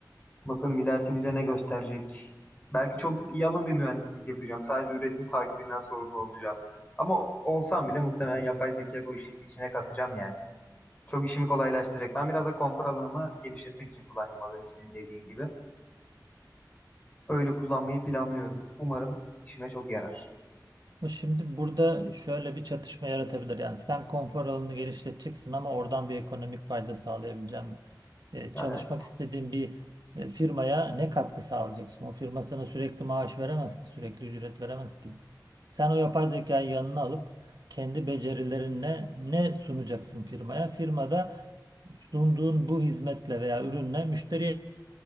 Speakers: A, on the left; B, on the right.
A: Bakalım ilerisi bize ne gösterecek. Belki çok yalın bir mühendislik yapacağım. Sadece üretim takibinden sorumlu olacağım. Ama olsam bile muhtemelen yapay zeka bu işin içine katacağım yani. Çok işimi kolaylaştıracak. Ben biraz da konfor alanımı genişletmek için kullanacağım az önce senin dediğin gibi. Öyle kullanmayı planlıyorum. Umarım işime çok yarar.
B: Ama Şimdi burada şöyle bir çatışma yaratabilir. Yani sen konfor alanını genişleteceksin ama oradan bir ekonomik fayda sağlayabilecek mi? E,
A: Ya,
B: çalışmak
A: evet.
B: istediğin bir e, firmaya ne katkı sağlayacaksın? O firma sana sürekli maaş veremez ki, sürekli ücret veremez ki. Sen o yapay zekayı yanına alıp kendi becerilerinle ne sunacaksın firmaya? Firma da sunduğun bu hizmetle veya ürünle müşteriye